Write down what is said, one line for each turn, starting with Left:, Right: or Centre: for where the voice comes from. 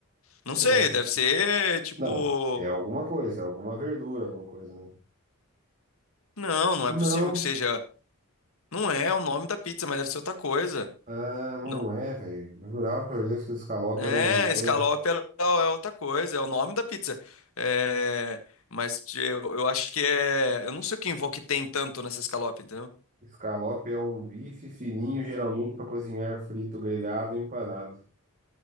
Left: Não
Right: que
Left: sei,
Right: será que
Left: deve
Right: é?
Left: ser tipo.
Right: Não, é alguma coisa, é alguma verdura, alguma coisa, né?
Left: Não, não
Right: Não.
Left: é possível que seja. Não é o nome da pizza, mas deve ser outra coisa.
Right: Ah, não
Left: Não.
Right: é, velho. Eu jurava por Deus que o escalope
Left: É,
Right: era uma coisa.
Left: escalope é é outra coisa, é o nome da pizza. É, Mas eu, eu acho que é. Eu não sei o que envolve que tem tanto nessa escalope, entendeu?
Right: Escalope é um bife fininho, geralmente para cozinhar frito, grelhado, empanado.